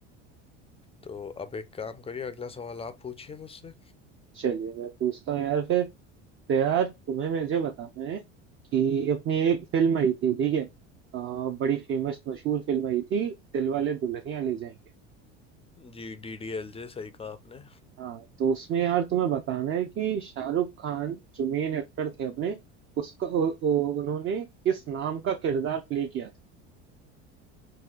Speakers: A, on the left (about 15°); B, on the right (about 35°).
A: तो अब एक काम करिए अगला सवाल आप पूछिए मुझसे
B: चलिए मैं पूछता हूँ यार फिर तो यार तुम्हें मुझे बताना है कि अपनी एक फिल्म आई थी ठीक है अ, बड़ी फेमस मशहूर फिल्म आई थी दिलवाले दुल्हनिया ले जाएंगे
A: जी डी डी एल जे सही कहा आपने
B: हाँ तो उसमें यार तुम्हें बताना है कि शाहरुख खान जो मेन एक्टर थे अपने उसका उ- उ- उन्होंने किस नाम का किरदार प्ले किया था